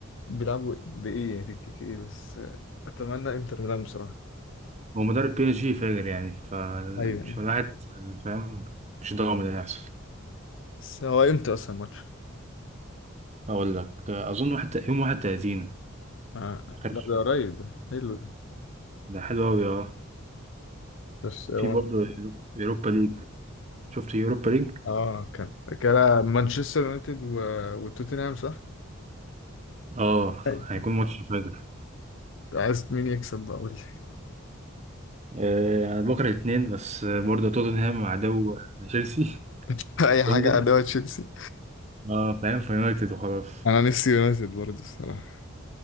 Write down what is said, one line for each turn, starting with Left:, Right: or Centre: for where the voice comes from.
Left: بيلعبوا بايه يعني تك تك ايه بس اتمنى انتر ميلان بصراحه
Right: هو مدرب بي اس جي فاجر يعني فمش
Left: ايوه يعني
Right: واحد فاهم مش ضامن اللي هيحصل
Left: بس هو امتى اصلا الماتش؟
Right: اقول لك اظن واحد يوم 31
Left: آه.
Right: اخر
Left: لا ده قريب ده حلو ده
Right: ده حلو قوي اه
Left: بس هو
Right: في برضه يوروبا ليج شفت يوروبا ليج
Left: اه كان كان مانشستر يونايتد و... وتوتنهام صح؟
Right: اه
Left: أيوة.
Right: هيكون ماتش فاجر
Left: عايز مين يكسب بقى قول لي
Right: آه، انا بكره الاثنين بس برضه توتنهام عدو تشيلسي
Left: <laughs> اي
Right: في
Left: حاجه
Right: لندن
Left: ادوه تشيلسي
Right: اه فاهم في يونايتد وخلاص
Left: انا نفسي يونايتد برضه الصراحه